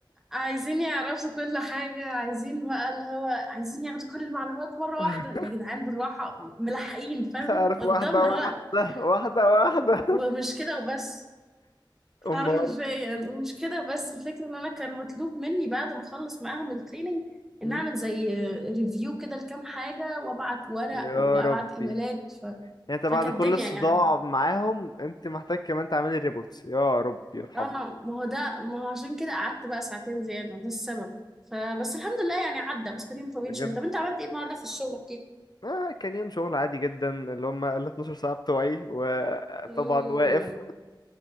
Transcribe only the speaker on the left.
<laughs>
عارف
واحدة واحدة
واحدة واحدة
<laughs> أمال
مم.
يا
ربي
يعني انت
بعد كل
الصداع
معاهم انت محتاج كمان تعملي ريبورتس يا ربي يرحمني
بجد
آه كان يوم شغل عادي جدا اللي هم ال 12 ساعة بتوعي وطبعا
واقف